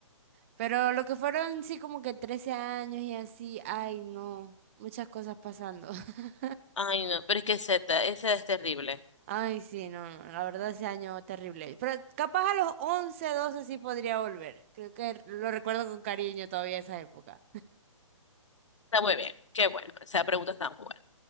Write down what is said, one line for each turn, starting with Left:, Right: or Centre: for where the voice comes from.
Right: pero lo que fueron sí como que 13 años y así, ay no, muchas cosas pasando. <laughs>
Left: Ay, no, pero es que Z, ese es terrible.
Right: Ay sí, no, no, la verdad ese año terrible, pero capaz a los 11 12 sí podría volver, creo que lo recuerdo con cariño todavía esa época.
Left: Está muy bien, qué bueno. Esa pregunta está muy buena.